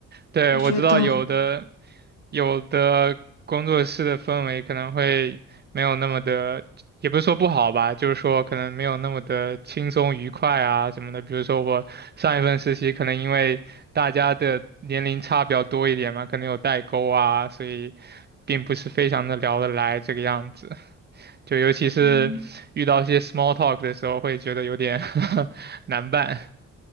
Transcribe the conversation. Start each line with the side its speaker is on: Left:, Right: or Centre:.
Right: 对，
Left: 我觉得，
Right: 我知道有的。有的工作室的氛围可能会没有那么的，也不是说不好吧，就是说可能没有那么的轻松愉快啊什么的。比如说我上一份实习，可能因为大家的年龄差比较多一点嘛，可能有代沟啊，所以并不是非常的聊得来这个样子。就尤其是遇到一些
Left: 嗯。
Right: small talk 的时候，会觉得有点 <laughs> 难办。